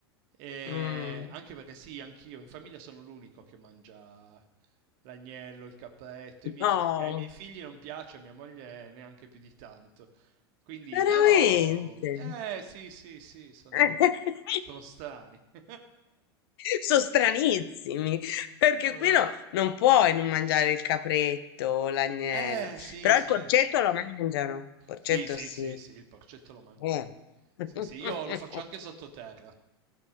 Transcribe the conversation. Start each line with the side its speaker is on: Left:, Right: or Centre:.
Right: E
Left: Mm.
Right: anche perché sì, anch'io in famiglia sono l'unico che mangia l'agnello, il capretto, i miei
Left: No,
Right: figli, ai miei figli non piace, a mia moglie neanche più di tanto. Quindi,
Left: veramente.
Right: però, eh sì, sì, sì, sono,
Left: <laughs>
Right: sono strani. <laughs>
Left: Sono stranissimi, perché
Right: Eh
Left: qui no- non puoi non mangiare il capretto o l'agnello,
Right: Eh, sì,
Left: però
Right: sì,
Left: il porcetto lo mangiano, il porcetto
Right: sì, sì,
Left: sì.
Right: sì, sì, il porcetto lo mangiano.
Left: Eh. <laughs>
Right: Sì, sì, io lo faccio anche sottoterra,